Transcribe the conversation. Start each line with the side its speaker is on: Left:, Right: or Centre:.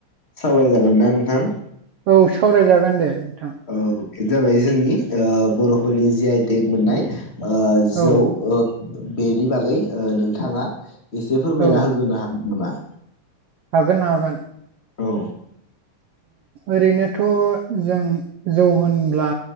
Left: सावराय जागोन ना नोंथां?
Right: औ सावराय जागोन दे नोंथां।
Left: ओ बेनो जाबाय जोंनि ओ बर'फोरनि जि आइटेक मोननाय ओ जौ
Right: औ
Left: ओ बेनि बागै नोंथाङा एसे फोरमायना
Right: औ
Left: होग्रोनो हागोन नामा?
Right: हागोन हागोन।
Left: औ
Right: ओरैनोथ' जों जौ होनब्ला